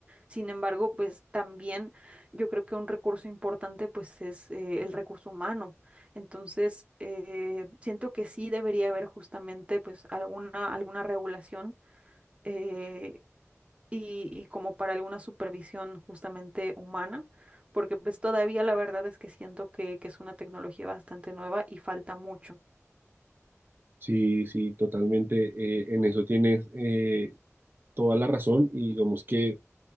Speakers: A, on the right; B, on the right.
A: Sin embargo, pues también yo creo que un recurso importante pues es eh, el recurso humano. Entonces, eh, siento que sí debería haber justamente pues alguna, alguna regulación. eh, y, y como para alguna supervisión justamente humana, porque pues todavía la verdad es que siento que, que es una tecnología bastante nueva y falta mucho.
B: Sí, sí, totalmente. eh, en eso tienes eh, toda la razón y digamos que